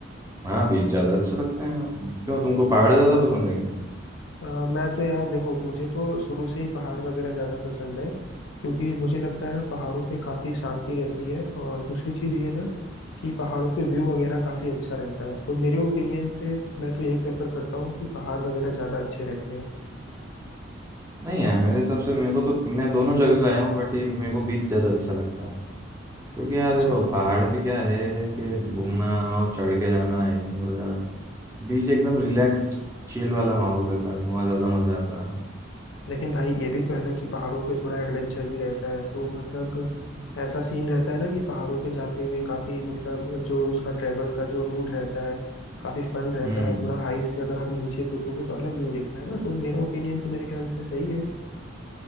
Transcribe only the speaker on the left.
अ, मैं तो यार देखो मुझे तो शुरू से ही पहाड़ वगैरह ज्यादा पसंद है क्योंकि मुझे लगता है ना पहाड़ों पे काफी शांति रहती है और दूसरी चीज ये ना कि पहाड़ों पे व्यू वगैरह काफी अच्छा रहता है तो मेरे ओपिनियन से मैं तो यही प्रेफर करता हूँ कि पहाड़ वगैरह ज्यादा अच्छे रहते हैं
अच्छा
लेकिन भाई ये भी तो है ना कि पहाड़ों पे थोड़ा एडवेंचर भी रहता है तो मतलब ऐसा सीन रहता है ना कि पहाड़ों पे जाते हुए काफी मतलब जो उसका ट्रेवल का जो रूट रहता है काफी फन रहता
है थोड़ा हाइट से अगर आप नीचे देखोगे तो अलग व्यू दिखता है ना तो मेरा ओपिनियन तो मेरे ख्याल से सही है